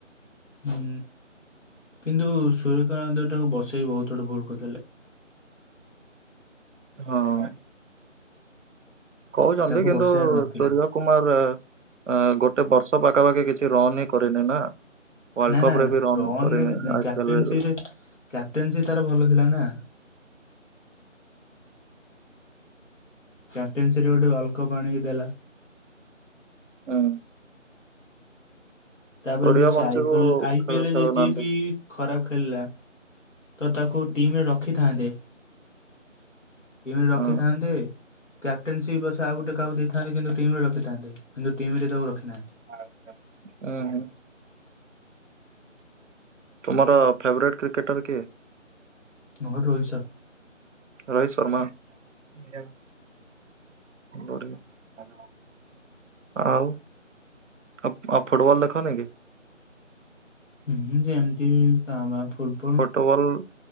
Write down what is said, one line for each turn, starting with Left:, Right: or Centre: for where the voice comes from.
Left: ହୁଁ କିନ୍ତୁ ସୁର୍ଯ୍ୟକାନ୍ତ ଟାକୁ ବସେଇ ବହୁତ ବଡ ଭୁଲ୍ କରିଦେଲେ।
Right: ହଁ। କହୁଚନ୍ତି।
Left: ତାକୁ
Right: କିନ୍ତୁ
Left: ବସେଇବାର ନଥିଲା
Right: ସୁରିୟ କୁମାର ଗୋଟେ ବର୍ଷ ପାଖାପାଖି କିଛି ରନ୍ ହିଁ କରିନି ନା। ୱାର୍ଲଡ
Left: ନା
Right: କପ
Left: ନା
Right: ରେ ବି ରନ୍
Left: ରନରେ
Right: କରିନି
Left: କିଛି ନାହିଁ
Right: ଆଇ
Left: କ୍ୟାପଟେନ
Right: ପି ଏଲ ରେ ବି
Left: ସିପ କ୍ୟାପଟେନ ସିପ ତାର ଭଲ ଥିଲା ନା। କ୍ୟାପଟେନ ସି ରେ ଗୋଟେ ୱାଲକପ ଆଣିକି ଦେଲା।
Right: ଉଁ।
Left: ତାପରେ
Right: ତୋରିବା
Left: ବି ସେ
Right: ବଂଶୀକୁ
Left: ଆଇପଲ୍ ଆଇପିଏଲ୍
Right: ଖେଳ ଖେଳୁନାହାନ୍ତି
Left: ଯଦି ବି ଖରାପ ଖେଳିଲା। ତ ତାକୁ ଟିମରେ ରଖିଥାନ୍ତେ। ଟିମ ରେ ରଖିଥାନ୍ତେ।
Right: ହଁ।
Left: କ୍ୟାପ୍ଟେନ୍ ସିପ ପଛେ ଆଉ ଗୋଟେ କାହାକୁ ଦେଇଥାନ୍ତେ। କିନ୍ତୁ ଟିମିରେ ରଖିଥାନ୍ତେ। କିନ୍ତୁ ଟିମିରେ ତାକୁ ରଖିନାହାନ୍ତି।
Right: ଆଛା ‌ଉଁହୁଁ। ତୁମର ଫେବରେଟ୍ କ୍ରିକେଟର କିଏ?
Left: ମୋର ରୋହିତ ଶର୍ମା।
Right: ରୋହିତ ଶର୍ମା ଆଜ୍ଞା ବଢିଆ। ଆଉ ଆ ଫୁଟ୍ ଫୁଟବଲ୍ ଦେଖନି କି?
Left: ହୁଁ ଯେମିତି କାଁ ଭାଁ ଫୁଟ
Right: ଫୁଟବଲ୍